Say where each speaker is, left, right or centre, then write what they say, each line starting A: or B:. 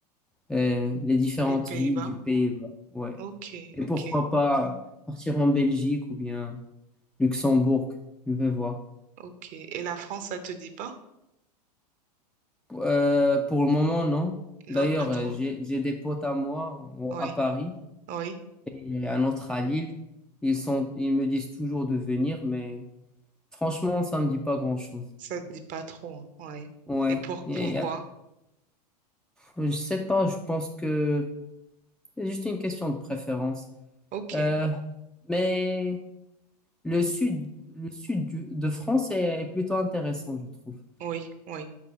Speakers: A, in the centre; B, on the right.
A: euh, les différentes
B: Les Pays-Bas.
A: villes du pays. Ouais.
B: Ok,
A: Et
B: ok,
A: pourquoi pas partir en Belgique ou bien Luxembourg, je vais voir.
B: ok. Et la France, ça te dit pas?
A: Euh, pour le moment, non.
B: Non,
A: D'ailleurs,
B: pas trop.
A: euh, j'ai j'ai des potes à moi au-
B: Oui,
A: à Paris
B: oui,
A: et un autre à Lille. Ils sont, ils me disent toujours de venir, mais franchement, ça me dit pas grand-chose.
B: ça te dit pas trop. hein, Oui.
A: Ouais.
B: Et pour
A: Et,
B: pourquoi?
A: euh, je sais pas, je pense que c'est juste une question de préférence.
B: Ok,
A: Euh, mais Le sud, le sud du- de France est, est plutôt intéressant, je trouve.
B: oui, oui,